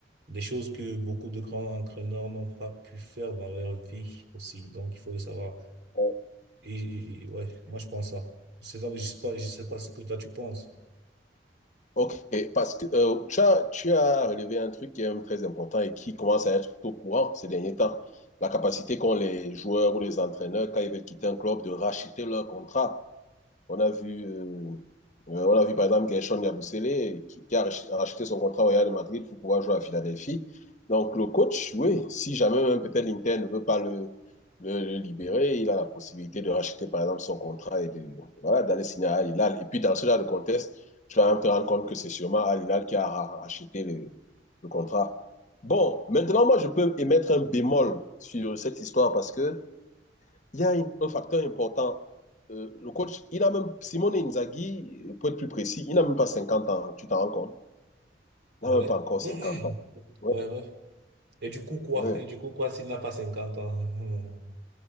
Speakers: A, on the right; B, on the left.
A: des choses que beaucoup de grands entraîneurs n'ont pas pu faire dans leur vie aussi. Donc, il faut le savoir.
B: Ouais.
A: Et, et- et ouais, moi, je pense ça. Je sais, pas- je sais pas, je sais pas ce que toi tu penses.
B: Ok, parce que euh, tu as, tu as relevé un truc qui est même très important et qui commence à être au courant ces derniers temps. La capacité qu'ont les joueurs ou les entraîneurs, quand ils veulent quitter un club, de racheter leur contrat. On a vu, euh, euh, on a vu par exemple Gershon Yabusele qui, qui a rach- a racheté son contrat au Real de Madrid pour pouvoir jouer à Philadelphie. Donc le coach, oui, si jamais même peut-être l'Inter ne veut pas le, le, le libérer, il a la possibilité de racheter par exemple son contrat et de, voilà, d'aller signer à Al Hilal. Et puis dans ce genre de contexte, tu vas même te rendre compte que c'est sûrement Al Hilal qui a ra- racheté le, le contrat. Bon, maintenant moi je peux émettre un bémol sur cette histoire parce que il y a une- un facteur important. Euh, le coach, il a même, Simone Inzaghi, pour être plus précis, il n'a même pas 50 ans, tu t'en rends compte?
A: Ouais,
B: Il n'a même pas encore
A: <clears throat>
B: 50 ans. Ouais,
A: ouais, ouais. Et du coup quoi?
B: ouais.
A: Et du coup quoi s'il n'a pas 50 ans?